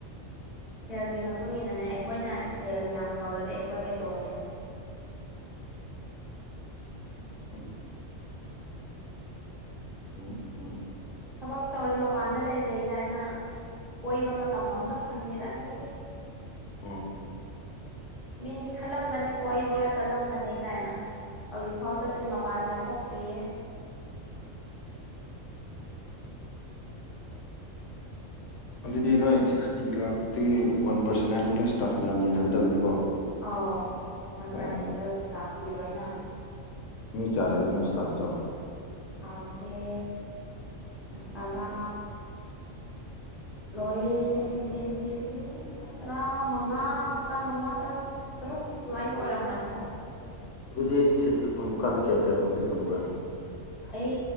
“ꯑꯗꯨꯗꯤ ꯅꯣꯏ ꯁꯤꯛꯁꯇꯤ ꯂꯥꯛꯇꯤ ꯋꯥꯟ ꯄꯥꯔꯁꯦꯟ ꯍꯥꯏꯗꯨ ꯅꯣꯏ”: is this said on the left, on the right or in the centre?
Left